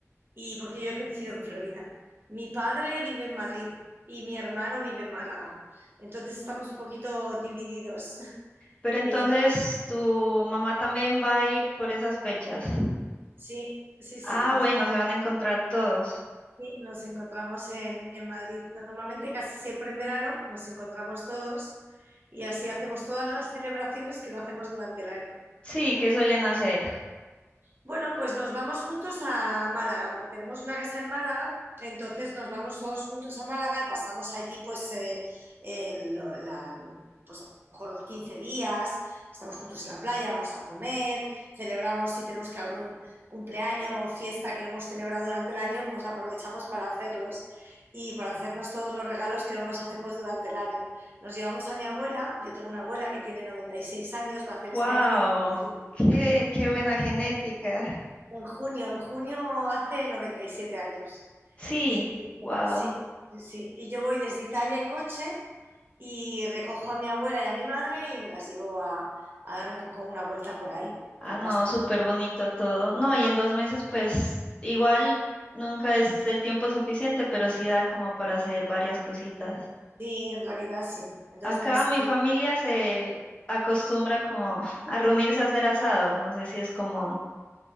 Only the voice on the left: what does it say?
Pero entonces
tu mamá también va a ir por esas fechas.
Ah,
bueno, se van a encontrar todos.
Sí, ¿qué suelen hacer?
¡Wow!
¡Qué, qué buena genética!
Sí,
wow.
Ah,
no,
súper bonito todo. No, y en dos meses, pues igual nunca es el tiempo suficiente, pero sí da como para hacer varias cositas.
Acá
mi familia se acostumbra como <laughs> a reunirse a hacer asados, no sé si es común